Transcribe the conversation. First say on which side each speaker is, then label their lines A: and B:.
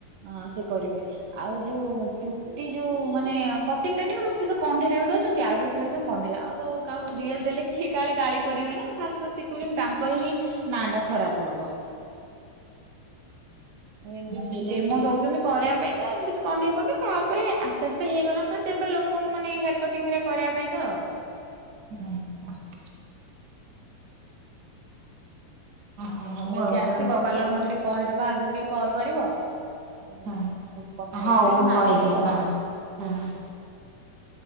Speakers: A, on the right; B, on the right.
A: ଆ ସେ କରିବେ। ଆଉ ଯୋଉ ଚୁଟି ଯୋଉ ମାନେ କଟିଂ କାଟିଙ୍ଗ ତ ସ ତ କଣ୍ଢେଇ ଟାଇପର କରୁଛନ୍ତି ଆଉ ସେ ସବୁ ପଣ୍ଡିରା ଆଉ ତ କାହାକୁ ରିଅଲ୍ ଦେଲେ କିଏ କାଳେ ଗାଳି କରିବେ ନା ଫାଷ୍ଟ ଫାଷ୍ଟ ଶିଖୁଛନ୍ତି ତାଙ୍କ ହିଁ ନାଁ ଟା ଖରାପ ହବ। ଏମିତି
B: ହଁ ସେଇଟା
A: ଡେମୋ
B: ବି ଠିକ।
A: ଦଉଛନ୍ତି। କରିବା ପାଇଁକା ଏମିତି କଣ୍ଢେଇ ଫଣ୍ଡେଇ ତାପରେ ଆସ୍ତେ ଆସ୍ତେ ହେଇଗଲା ପରେ ଦେବେ ଲୋକଙ୍କୁ ମାନେ ଏ କଟିଂ ହେରିକା କରିବା ପାଇଁକା ଆଉ
B: <inaudible> ହଉ
A: ତମେ
B: ଆଉ
A: ଯଦି ଆସିବ
B: କଣ
A: ପାର୍ଲର
B: କର
A: ମତେ ଟିକେ କହିଦବ ଆଗରୁ ଟିକେ କଲ୍ କରିବ? ଆଉ
B: ହଁ
A: ମୁଁ କଥା
B: ହଉ
A: ହେଇଯିବି
B: ମୁଁ
A: ତମେ
B: କହିବି
A: ଆସିବ ଆଉ।
B: ହଁ ହଁ।